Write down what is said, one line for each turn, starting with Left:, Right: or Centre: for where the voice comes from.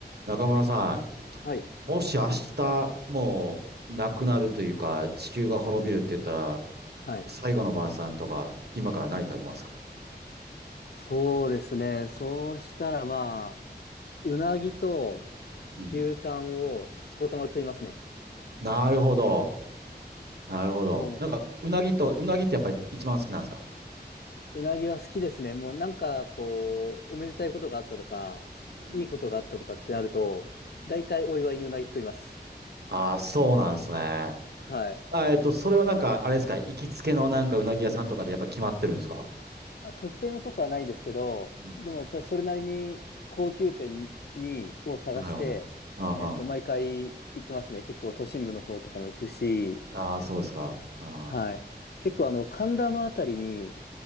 Right: 中村さん、
Left: はい。
Right: もし明日、もう、なくなるというか、地球が滅びるって言ったら、
Left: はい。
Right: 最後の晩餐とか、今から何食べますか
Left: そうですね。そうしたらまあ、うなぎと
Right: うん。
Left: 牛タンをしこたま食いますね。
Right: なるほど。なるほど。
Left: も
Right: なんか、うなぎと、うなぎってやっぱり一番好きなんですか
Left: う、うなぎは好きですね。もうなんかこう、おめでたいことがあったとか、
Right: うん
Left: いいことがあったとかってなると、
Right: うん
Left: 大体お祝いにうなぎ食います。
Right: ああそうなんですね。
Left: はい。
Right: あ、えっと、それはなんか、あれですか、行きつけのなんかうなぎ屋さんとかでやっぱ決まってるんですか
Left: あ、特定のとこはないですけど、
Right: うん
Left: でもやっぱりそれなりに高級店に、を探して、
Right: なるほど。あーはん
Left: えっと、毎回行ってますね。結構都心部の方とかも行くし、
Right: あー、そうですか。あー
Left: はい。結構あの、神田のあたりに、